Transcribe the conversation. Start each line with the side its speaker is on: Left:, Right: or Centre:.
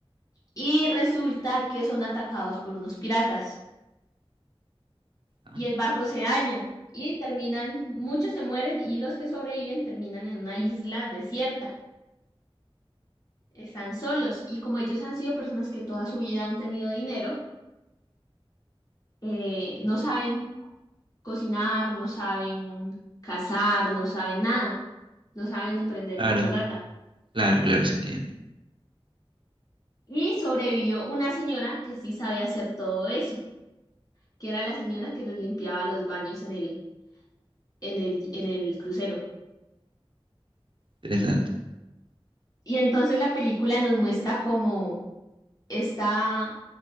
Left: Y resulta que son atacados por unos piratas
Right: Ah,
Left: y el barco se daña y terminan, muchos se mueren y los que sobreviven terminan en una isla desierta. Están solos y como ellos han sido personas que toda su vida han tenido dinero, eh, no saben cocinar, no saben cazar, no saben nada, no saben ni prender
Right: Claro,
Left: una fogata.
Right: claro, claro, se entiende.
Left: Y sobrevivió una señora que sí sabía hacer todo eso, que era la señora que les limpiaba los baños en el, en el, en el crucero.
Right: Interesante.
Left: Y entonces la película nos muestra como está